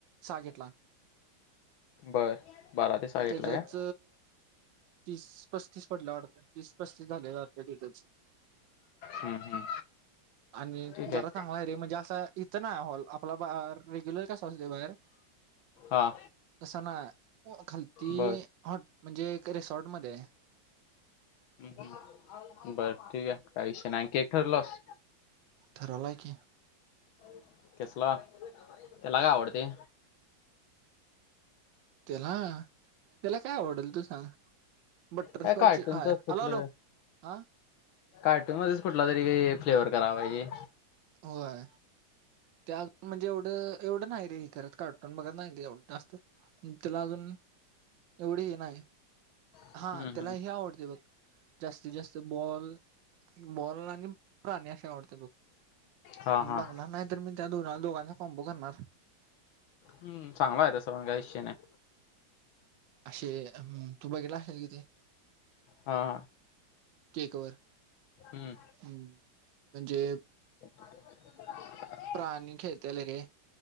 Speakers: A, on the right; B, on the left.
A: सहा घेतला.
B: बर बारा ते सहा
A: मग
B: घेतला
A: त्याचाच
B: काय
A: तीस पस्तीस पडल्या वाटतं, तीस पस्तीस झालेला वाटतं डेटलच.
B: हम्म हम्म
A: आणि
B: ठीक
A: जरा
B: आहे
A: सांग हाय रे म्हणजे असं इथं नाही हॉल आपला बा रेग्युलर कसा असते बाहेर
B: हा
A: तसा ना खालती
B: बर
A: हॉट म्हणजे एक रेसॉर्ट मध्ये आहे
B: ह बर ठीक आहे काही विषय नाही केक ठरवलस.
A: ठरवल आहे की.
B: हो <inaudible> केसला, त्याला का आवडते?
A: त्याला, त्याला काय आवडेल तू सांग? बटरस्कॉच
B: काय कार्टूनच
A: हाय,
B: कुठलं
A: आलो आलो, हा
B: कार्टून मध्येच कुठला तरी फ्लेवर करावा पाहिजे.
A: होय, त्यात म्हणजे एवढं एवढं नाही रे हे करत कार्टून बघत नाही एवढं जास्त. त्याला अजून, एवढे हे नाही.
B: हम्म
A: हा त्याला
B: हम्म
A: हे आवडते बघ, जास्तीत जास्त बॉल. बॉल आणि प्राणी असे आवडते बग.
B: हा हा
A: बघणार नाही तर मी त्या दो -दोघांचा कॉम्पो करणार.
B: हम् चांगला आहे त स पण काही विषय नाही.
A: असे, तू बघेला असेल तीथे?
B: हा.
A: केक वर,
B: हम्म
A: ह म्हणजे
B: अ प <inaudible>
A: प्राणी खेळतेले रे,